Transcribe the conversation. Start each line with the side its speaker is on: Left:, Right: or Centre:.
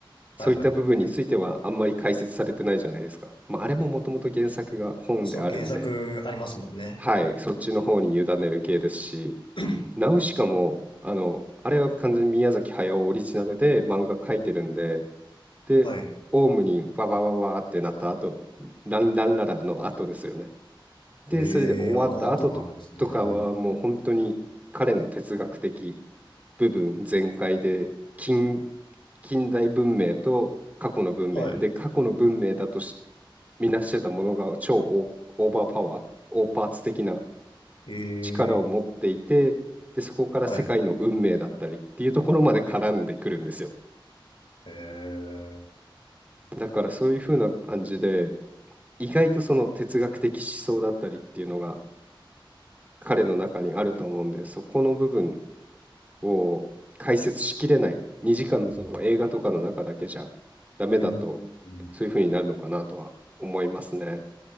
Left: はいはいはいはい。
Right: そういった部分についてはあんまり解説されてないじゃないですか。まあ、あれももともと原作が本であるんで、
Left: そう、原作ありますもんね。
Right: はい、そっちの方に委ねる系ですし、
Left: <clears throat>
Right: ナウシカも、あの、あれは完全に宮崎駿オリジナルで漫画描いてるんで、で、
Left: はい。
Right: オウムにわわわわってなった後、ランランララの後ですよね。で、
Left: ええあの後があるんですね。
Right: それで終わった後と、とかはもう本当に彼の哲学的部分全開で近、近代文明と過去の文明で過去の文明だとし
Left: はい。
Right: みなしてたものが超オー、オーバーパワー、オーパーツ的な
Left: ええ
Right: 力を持っていて、で、そこから世界の運命だったりっていうところまで絡んでくるんですよ。
Left: はい。ええ
Right: だからそういう風な感じで、意外とその哲学的思想だったりっていうのが彼の中にあると思うんで、そこの部分を解説しきれない2時間その映画とかの中だけじゃダメだと
Left: うーん。
Right: そういう風になるのかなとは思いますね。